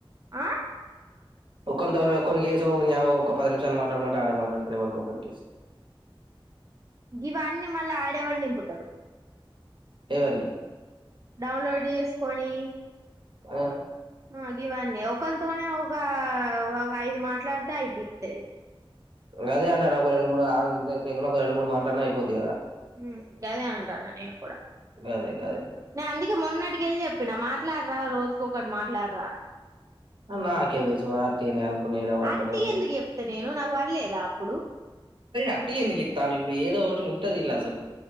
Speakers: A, on the right; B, on the right.
A: ఆ
B: ఒ కొన్ని కేసు ఒ పది నిమిషాలు మాట్లాడమంటే ఆడే మాట్లాడతారు ఇవనుకోక్కని కేసు
A: జీవాన్ని మళ్ళీ ఆడేవాడి నింపుతాడు
B: ఎవర్ని
A: డౌన్లోడ్ చేసుకొని
B: ఉ
A: ఆ గివాన్నే ఓ ఖోం ఃతోనే ఒగ ఒ ఐదు మాట్లాడితే అయిపితది
B: గదే అంటన్న ఒక రెండ్మూడు ఆ ఒక రెండు మూడు మట్లాలన్న ఐపోద్ది గదా
A: హుమ్ గదే అంటాన్న నేను గుడా
B: అదే అదే
A: నే అందుకే మొన్నటికెల్లి చెప్పిన మా ట్లాడ్రా రోజుకొకటి మాట్లాడ్రా
B: నాకేందిసు మరి అటి అనే అనుకున్నా ఎడవడతనే
A: అట్టి ఎందుకు చెప్తా నేను నాకు పనిలేదా అప్పుడు
B: అట్ క ఎందుకు ఇ తాను ఏదో ఒకటి ఉంట ఉంటది దిన్ల అసలు